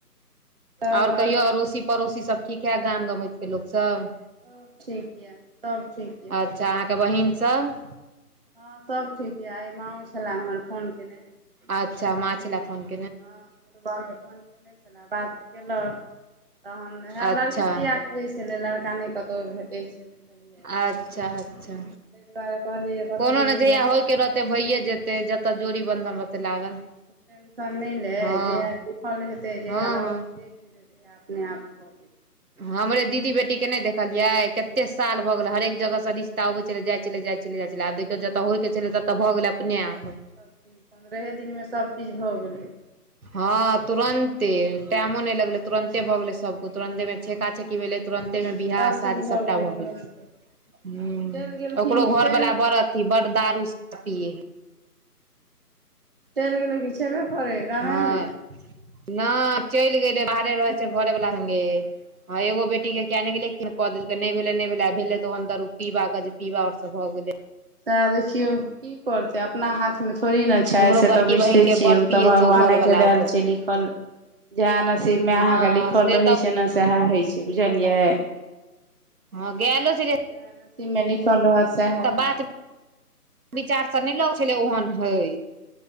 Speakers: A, on the right; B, on the right.
A: तब
B: आओर कहियौ
A: सभ
B: अड़ोसी पड़ोसीसभ ठीक हए गाम गमैतके लोकसभ।
A: सभ ठीक यए सभ ठीक यए
B: अच्छा अहाँके
A: बड़ नीक।
B: बहिनसभ
A: ह सभ ठीक यऽ एहि माँँ छलए हमर फोन कयने
B: अच्छा माँ छेला फोन के
A: हू ब नहि छलै बात केलक तहन हए
B: अच्छा
A: लड़कि दआ एहिसँ लेलऽ लड़का नहि कतहु भेटै छै बुझलियै
B: अच्छा अच्छा।
A: ताहि दुआरे कहलियै जे कतहु
B: कोनो
A: मिल
B: ने जहिया
A: जेतै
B: होइके
A: तऽ
B: रहतै
A: देखियै
B: भइए जेतै जत जोड़ी बंधन रहतै लागल
A: टेशन नहि ले
B: हँ
A: जहिह लिल हेते जहि
B: हँ
A: लगन
B: हँ
A: तेज हेतै तहिया अपने आप भऽ जेतै
B: हमरे दीदी बेटीके नहि देखलियै के कते साल
A: हँ
B: भऽ गेल हरेक जगह ससँ रिश्ता अबै छलै जाइ छलै जाइ छलै जाइ छलै आब देखियौ जतऽ होइ छलै त त भऽ गेलै अपने आप।
A: सभ पन्द्रहे दिनमे सभचीज भऽ गेलै
B: ह
A: तऽ आबै
B: तुरन्ते
A: छथिन
B: टाइमो
A: तऽ भगवान
B: नहि लगले तुरन्ते भऽ गेले सभको तुरन्ते मे छेका छेकी भेलै तुरन्त। तेने बियाह
A: सभ
B: शादी
A: चीज
B: सभटा
A: गेलै
B: भऽ
A: तुरन्ते
B: गेल ह
A: आ चलि गेलखिन
B: ओकरो घरवला
A: चलि
B: व्रत बड़ दारू सा पियए है।
A: चलि गेलै कि छेबे करै गाम
B: हँ
A: मे
B: नहि चलि गेलै बाहरे रहै छै
A: अच्छा
B: घरे वला संगे। हँ एगो बेटी किजन की कऽ देलकै नहि भेलै नहि भेलै आ भेलै तऽ ओहन दरू पीबा गजपीबा और सभ भऽ गेले।
A: त देखियौ कि करते अपना हाथ मे छै थोड़े ने छै
B: हमरो
A: से
B: बड़की
A: तऽ बुझिते
B: बहिन के
A: छियै
B: बड़
A: ओ
B: पिये
A: तऽ भगवानेके
B: छै घर वाला
A: देल
B: ओकरो
A: छैयै लिखल जएह नसीबमे
B: हँ
A: अहाँकेँ लिखल
B: से
A: रहैत छै ने सएह होइत छै बुझलियै।
B: ह गेलो छै
A: जएह नसीब मे लिखल रहत सएह
B: बात
A: हैं।
B: विचार सभ नहि लग छलै ओहन हय।